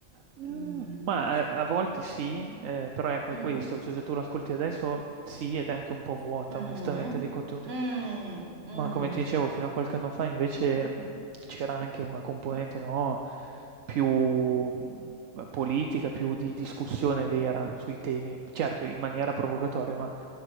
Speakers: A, on the right (about 75°); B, on the right (about 50°).
A: Mhmm,
B: Mm,
A: ma a a volte sì, ehm, però ecco
B: mm,
A: è questo, cioè se tu lo ascolti adesso sì, ed è anche un po' vuota
B: mm,
A: onestamente di contenuti.
B: mm, mm. mm.
A: Ma come ti dicevo fino a qualche anno fa invece, mhmm, c'era anche una componente, no, più, mhmm, politica, più di discussione vera sui temi, certo in maniera provocatoria, ma